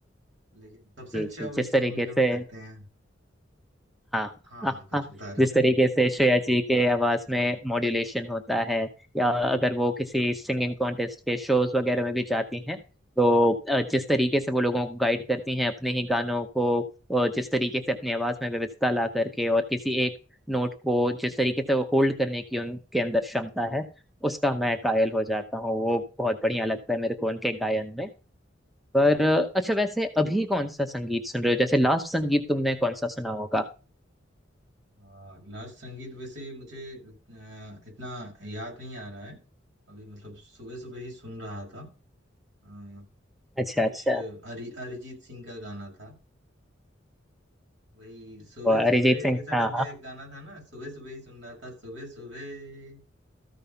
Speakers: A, on the right; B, in the centre.
A: लेकिन सबसे
B: जी
A: अच्छा
B: जी
A: वही
B: जिस तरीके
A: सोनू निगम
B: से
A: ही लगते हैं
B: हाँ
A: हाँ
B: हाँ
A: हाँ कुछ
B: हाँ
A: बता रहे
B: जिस तरीके
A: थे
B: से श्रेया जी के आवाज में मॉड्यूलेशन होता है या अगर वो किसी सिंगिंग कॉन्टेस्ट के शोज वगैरह में भी जाती हैं तो अ, जिस तरीके से वो लोगों को गाइड करती हैं अपने ही गानों को अ, जिस तरीके से अपनी आवाज में विविधता ला करके और किसी एक नोट को जिस तरीके से वो होल्ड करने की उनके अंदर क्षमता है उसका मैं कायल हो जाता हूँ वो बहुत बढ़िया लगता है मेरे को उनके गायन में पर अ, अच्छा वैसे अभी कौन सा संगीत सुन रहे हो जैसे लास्ट संगीत तुमने कौन सा सुना होगा
A: आ, लास्ट संगीत वैसे मुझे अ, इतना याद नहीं आ रहा है अभी मतलब सुबह सुबह ही सुन रहा था अ,
B: अच्छा
A: कुछ
B: अच्छा
A: अरि अरिजीत सिंह का गाना था वही सुबह
B: और
A: सुबह
B: अरिजीत सिंह
A: ऐसा
B: हाँ
A: टाइप का
B: हाँ
A: एक गाना था ना सुबह सुबह ही सुन रहा था सुबह सुबह